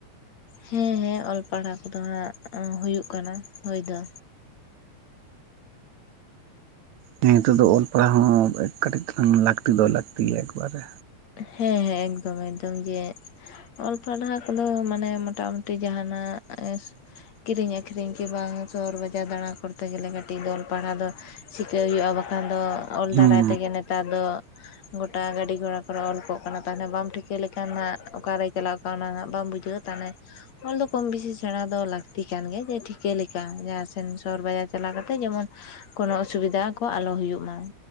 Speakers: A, on the left; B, on the right.
A: ᱦᱮᱸ ᱦᱮᱸ ᱚᱞ ᱯᱟᱲᱦᱟᱣ ᱠᱚᱫᱚ ᱦᱟᱸᱜ ᱦᱩᱭᱩᱜ ᱠᱟᱱᱟ ᱦᱩᱭ ᱫᱚ᱾
B: ᱱᱤᱛᱚᱜ ᱫᱚ ᱚᱞ ᱯᱟᱲᱦᱟᱣ ᱦᱚᱸ ᱠᱟᱹᱴᱤᱡ ᱛᱟᱞᱟᱝ ᱞᱟᱹᱠᱛᱤ ᱫᱚ ᱞᱟᱹᱠᱛᱤ ᱜᱮᱭᱟ ᱮᱠᱵᱟᱨᱮ᱾
A: ᱦᱮᱸ ᱦᱮᱸ ᱮᱠᱫᱚᱢ ᱮᱠᱫᱚᱢ ᱡᱮ ᱚᱞ ᱯᱟᱲᱦᱟᱣ ᱠᱚᱫᱚ ᱢᱟᱱᱮ ᱢᱚᱴᱟ ᱢᱩᱴᱤ ᱡᱟᱦᱟᱱᱟᱜ ᱠᱤᱨᱤᱧ ᱟᱠᱷᱨᱤᱧ ᱠᱤ ᱵᱟᱝ ᱥᱚᱦᱚᱨ ᱵᱟᱡᱟᱨ ᱫᱟᱬᱟ ᱠᱚᱨᱛᱮ ᱜᱮᱞᱮ ᱠᱟᱹᱴᱤᱡ ᱫᱚ ᱚᱞ ᱯᱟᱲᱦᱟᱣ ᱫᱚ ᱥᱤᱠᱟᱹᱣ ᱦᱩᱭᱩᱜᱼᱟ ᱵᱟᱠᱷᱟᱱ ᱫᱚ ᱚᱞ
B: ᱦᱩᱸ
A: ᱫᱟᱨᱟᱭ ᱛᱮᱜᱮ ᱱᱮᱛᱟᱨ ᱫᱚ ᱜᱚᱴᱟ ᱜᱟᱹᱰᱤ ᱜᱷᱚᱲᱟ ᱚᱞ ᱠᱚᱜ ᱠᱟᱱᱟ ᱛᱟᱦᱚᱞᱮ ᱵᱟᱢ ᱴᱷᱤᱠᱟᱹ ᱞᱮᱠᱷᱟᱱ ᱦᱟᱜ ᱚᱠᱟᱨᱮᱭ ᱪᱟᱞᱟᱣ ᱠᱟᱱᱟ ᱚᱱᱟ ᱦᱟᱜ ᱵᱟᱢ ᱵᱩᱡᱷᱟᱹᱣᱟ ᱛᱟᱦᱚᱞᱮ ᱚᱞ ᱫᱚ ᱠᱚᱢ ᱵᱮᱥᱤ ᱥᱮᱬᱟ ᱫᱚ ᱞᱟᱹᱠᱛᱤ ᱠᱟᱱ ᱜᱮ ᱡᱮ ᱴᱷᱤᱠᱟᱹ ᱞᱮᱠᱟ ᱡᱟᱦᱟᱸ ᱥᱮᱱ ᱥᱚᱦᱚᱨ ᱵᱟᱡᱟᱨ ᱪᱟᱞᱟᱣ ᱠᱟᱛᱮᱜ ᱡᱮᱢᱚᱱᱼᱼ ᱠᱚᱱᱚ ᱚᱥᱩᱵᱤᱫᱷᱟ ᱠᱚ ᱟᱞᱚ ᱦᱩᱭᱩᱜ ᱢᱟ ᱾